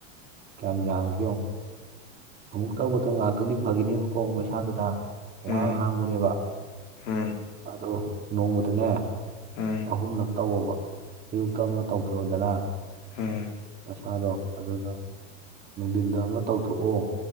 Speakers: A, on the right; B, on the left.
A: ꯀꯌꯥꯝ ꯌꯥꯝꯒꯦ ꯌꯦꯡꯉꯣ ꯑꯃꯨꯛ ꯇꯧꯕꯗ ꯉꯥꯏꯍꯥꯛꯇꯪꯗꯤ ꯐꯈꯤꯅꯦꯕꯀꯣ ꯃꯩꯁꯥꯗꯨꯅ
B: ꯎꯝ
A: ꯋꯥꯉꯥꯡ ꯍꯥꯡꯕꯅꯦꯕ
B: ꯎꯝ
A: ꯑꯗꯨ ꯅꯣꯡꯃꯗꯅꯦ
B: ꯎꯝ
A: ꯑꯍꯨꯝꯂꯛ ꯇꯧꯋꯕ ꯑꯌꯨꯛꯇ ꯑꯃꯨ ꯇꯧꯊꯣꯛꯑꯑꯣꯗꯅ
B: ꯎꯝ
A: ꯃꯁꯥꯗꯣ ꯑꯗꯨꯒ ꯅꯨꯡꯊꯤꯟꯗ ꯑꯃ ꯇꯧꯊꯣꯛꯑꯣ